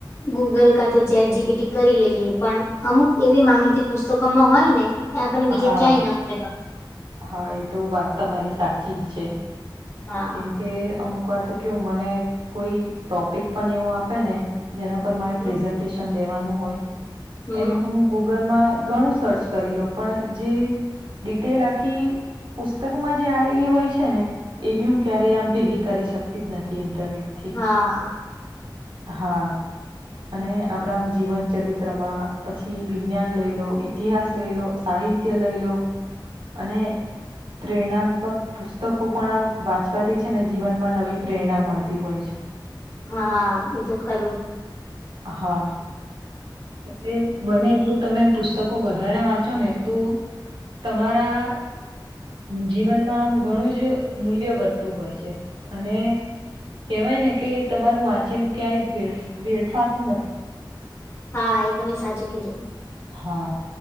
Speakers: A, on the left; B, on the right.
A: ગૂગલ કા તો ચેટ જીપીટી કરી લઈએ પણ અમુક એવી માહિતી પુસ્તકોમાં હોય ને એ આપણને બીજે
B: હા
A: ક્યાંય ના મળે પણ.
B: હા એ તો વાત તમારી સાચી જ છે
A: હા
B: કેમ કે અમુક ઉપર તો કવુ મને કોઈ ટોપિક પણ એવું આપે ને જેના પર મારે
A: હમ
B: પ્રેઝન્ટેશન દેવાનું હોય
A: હમ
B: એનુ હું ગુ ગૂગલમાં ઘણું સર્ચ કરી લો પણ જે ડિટેલ આખી પુસ્તકમાં જે આલી હોય છે ને એવી હું ક્યારેય આમ ભેગી કરી શકતી જ નથી એમ. ઇન્ટરનેટ થી
A: હા
B: હા અને આપણામ જીવન ચરિત્રમાં પછી વિજ્ઞાન લઈ લો ઇતિહાસ લઈ લો સા સાહિત્ય લઈ લો અને પ્રેરણાત્મક પુસ્તકો પણ આમ વાંચવાથી છે ને જીવનમાં નવી પ્રેરણા મળતી હોય છે.
A: હા એ તો ખરું
B: હા. એટલે બને એટલું તમે પુસ્તકો વધારે વાંચો ને તો તમારા જીવનમાં આમ ઘણું જ મૂલ્ય વધતું હોય છે અને કેવાય ને કે તમારું વાંચેલું ક્યાંય વેડ વેડફાતું નથી.
A: હા એ તમે સાચું કીધું.
B: હા.